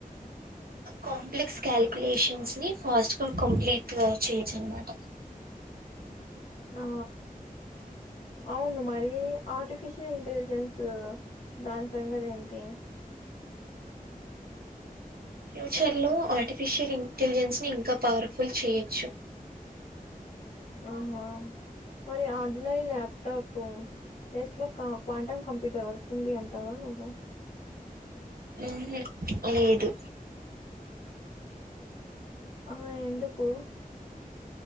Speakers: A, on the right; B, on the left.
A: కాంప్లెక్స్ కాలిక్యులేషన్స్ ని ఫాస్ట్ గా కంప్లీట్ గా చేయొచ్చు అనమాట.
B: ఆ అవున్ మరీ ఆర్టిఫిషియల్ ఇంటెలిజెన్స్ దాని సంగతి ఏంటి?
A: ఫ్యూచర్ లో ఆర్టిఫిషియల్ ఇంటెలిజెన్స్ ని ఇంకా పవర్ఫుల్ చేయొచ్చు.
B: ఆహా మరి ఆర్డినరీ ల్యాప్టాపు ప్లేస్ లో క్వాంటమ్ కంప్యూటర్ వస్తుంది అంటావా నువ్వు?
A: ఉహు లేదు
B: ఆ ఎందుకు?